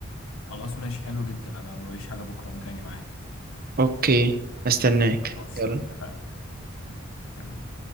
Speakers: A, on the left; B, on the right.
A: خلاص ماشي حلو جدا انا مرايش حاجه بكره ممكن اجي معاك
B: اوكي استناك
A: خلاص
B: يلا
A: اتفقنا سلام.